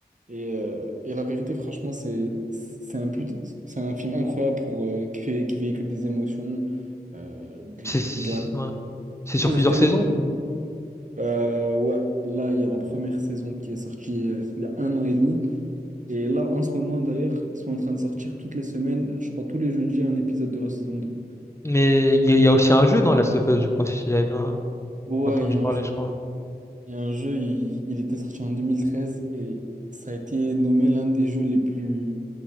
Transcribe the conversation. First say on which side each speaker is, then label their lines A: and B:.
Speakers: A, on the right; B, on the left.
A: Et, euh, et la vérité, franchement, c'est c'est un, put- c'est un film incroyable pour, euh, qui, fait- qui véhicule des émotions, euh, de,
B: C'est
A: de la...
B: ouais. C'est sur
A: C'est
B: plusieurs
A: genre tellement...
B: saisons,
A: Euh, ouais, là, il y a la première saison qui est sortie euh, il y a un an et demi. Et là, en ce moment, d'ailleurs, ils sont en train de sortir toutes les semaines, je crois tous les jeudis, un épisode de la saison deux
B: mais il y, a il y a aussi un jeu, non, Last of Us, je crois, si j'avais bien
A: Ouais,
B: entendu
A: il y a
B: parler,
A: un jeu.
B: je crois.
A: Il y a un jeu, il, il était sorti en 2013 et ça a été nommé l'un des jeux les plus